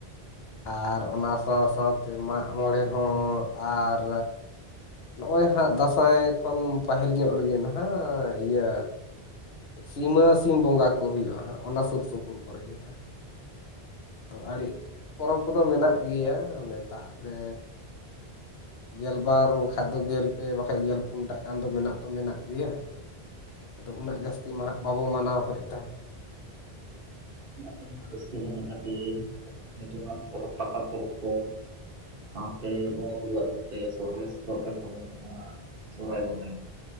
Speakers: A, on the left; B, on the right.
A: ᱟᱨ ᱚᱱᱟ ᱥᱟᱶ ᱥᱟᱶᱛᱮ ᱢᱟᱜ ᱢᱚᱬᱮ ᱦᱚᱸ ᱟᱨ ᱱᱚᱜᱼᱚᱭ ᱦᱟᱸᱜ ᱫᱟᱸᱥᱟᱭ ᱠᱷᱚᱱ ᱯᱟᱹᱦᱤᱞ ᱧᱚᱜ ᱨᱮᱜᱮ ᱱᱟᱦᱟᱜ ᱤᱭᱟᱹ ᱥᱤᱢᱟᱹ ᱥᱤᱢ ᱵᱚᱸᱜᱟ ᱠᱚ ᱦᱩᱭᱩᱜᱼᱟ ᱦᱟᱸᱜ ᱚᱱᱟ ᱥᱩᱨᱥᱩᱯᱩᱨ ᱠᱚᱨᱮ ᱜᱮ ᱦᱟᱸᱜ᱾ ᱟᱫᱚ ᱟᱹᱰᱤ ᱯᱚᱨᱚᱵᱽ ᱠᱚᱫᱚ ᱢᱮᱱᱟᱜ ᱜᱮᱭᱟ ᱢᱮᱛᱟᱜ ᱢᱮ, ᱜᱮᱞᱵᱟᱨ ᱵᱟᱠᱷᱟᱡ ᱫᱚ ᱜᱮᱞ ᱯᱮ ᱵᱟᱠᱷᱟᱡ ᱜᱮᱞ ᱯᱩᱱᱴᱟᱜ ᱜᱟᱱ ᱫᱚ ᱢᱮᱱᱟᱜ ᱫᱚ ᱢᱮᱱᱟᱜ ᱜᱮᱭᱟ᱾ ᱟᱫᱚ ᱩᱱᱟᱹᱜ ᱡᱟᱹᱥᱛᱤ ᱢᱟᱦᱟᱜ ᱵᱟᱵᱚ ᱢᱟᱱᱟᱣ ᱦᱚ ᱮᱫᱟ᱾
B: ᱟᱹᱛᱩ ᱨᱮᱱᱟᱜ ᱨᱟᱹᱥᱠᱟᱹ ᱧᱚᱝ ᱠᱷᱟᱹᱛᱤᱨ ᱱᱤᱛᱚᱝᱟᱱ ᱯᱚᱨᱚᱵᱽ ᱯᱟᱛᱟ ᱯᱚᱨᱚᱵᱽ ᱠᱚ ᱥᱟᱶᱛᱮ ᱵᱚᱸᱜᱟ ᱵᱩᱨᱩᱣᱟᱜ ᱢᱮᱱᱛᱮ ᱥᱚᱨᱚᱦᱦᱟᱭ ᱥᱮᱴᱮᱨᱚᱜ ᱠᱟᱱ ᱛᱟᱵᱚᱱᱟ ᱱᱚᱣᱟ <unintelligible> ᱥᱚᱨᱦᱟᱭ ᱵᱳᱝᱜᱟ